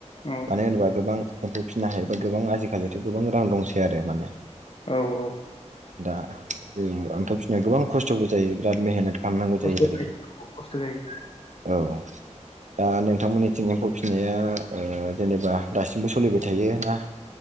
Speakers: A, on the left; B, on the right.
A: औ
B: मानो होनोबा गोबां एम्फौ फिनो हायोबा गोबां आजिखालिथ' गोबां रां दंसै आरो माने
A: औ औ
B: दा ओमफ्राय फिसिनायाव गोबां खस्थ'बो जायो बिराद मेहनत खालामनांगौ
A: <unintelligible>
B: जायो आरोखि
A: ख खस्थ जायो
B: औ दा नोंथांमोननिथिं एम्फौ फिसिनाया ओ जेनेबा दासिमबो सोलिबाय थायो ना